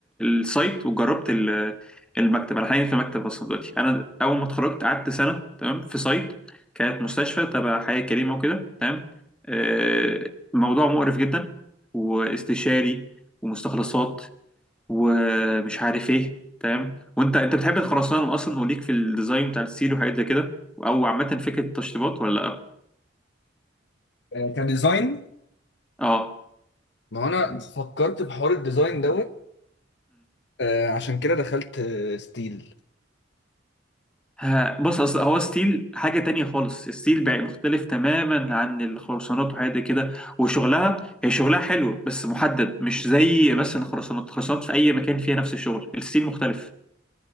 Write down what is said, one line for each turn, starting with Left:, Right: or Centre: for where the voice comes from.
Centre: السايت وجربت ال- المكتب انا حاليا في مكتب اصلا دلوقتي انا اول ما اتخرجت قعدت سنه تمام في سايت كانت مستشفى تبع حياه كريمه وكده تمام آه، موضوع مقرف جدا واستشاري ومستخلصات ومش عارف ايه تمام وانت انت بتحب الخرسانه اصلا وليك في الديزاين بتاع السيل وحاجات زي كده او عامه فكره التشطيبات ولا لا
Left: آه، كديزاين
Centre: اه
Left: ما هو انا فكرت بحوار الديزاين دوت آه، عشان كده دخلت آه، ستيل
Centre: ها بص اصل هو ستيل حاجه تانية خالص الستيل بقى مختلف تماما عن الخرسانات وحاجات دي كده وشغلها هي شغلها حلو بس محدد مش زي مثلا الخرسانات الخرسانات في اي مكان فيها نفس الشغل الستيل مختلف